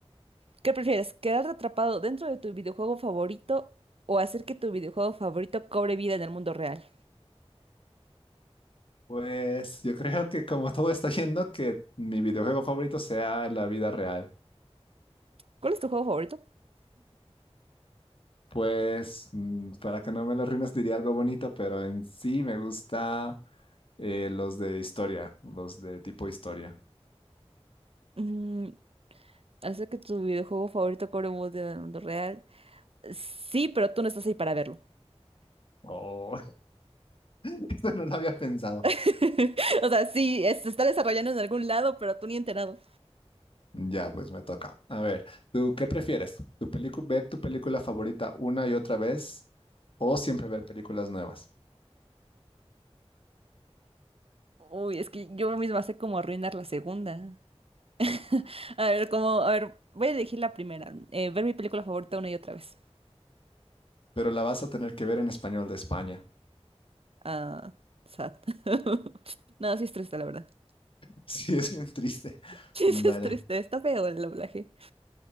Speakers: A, on the right; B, on the left.
A: ¿qué prefieres? ¿Quedarte atrapado dentro de tu videojuego favorito o hacer que tu videojuego favorito cobre vida en el mundo real?
B: Pues yo creo que como todo está yendo, que mi videojuego favorito sea la vida real.
A: ¿Cuál es tu juego favorito?
B: Pues mm, para que no me lo arruines diría algo bonito, pero en sí me gusta eh, los de historia, los de tipo historia.
A: Mm, hacer que tu videojuego favorito cobre vida en el mundo real. Sí, pero tú no estás ahí para verlo.
B: Oh, <laughs> esto no lo había pensado.
A: <laughs> O sea, sí, es- se está desarrollando en algún lado, pero tú ni enterado.
B: Ya, pues me toca. A ver, ¿tú qué prefieres? ¿Tu película, ver tu película favorita una y otra vez o siempre ver películas nuevas?
A: Uy, es que yo misma sé cómo arruinar la segunda. <laughs> A ver, cómo, a ver, voy a elegir la primera. Eh, ver mi película favorita una y otra vez.
B: Pero la vas a tener que ver en español de España.
A: Ah, sad. <laughs> No, sí es triste, la verdad. <laughs>
B: <laughs> Sí, es bien triste.
A: Sí,
B: Dale.
A: sí es triste, está feo el doblaje.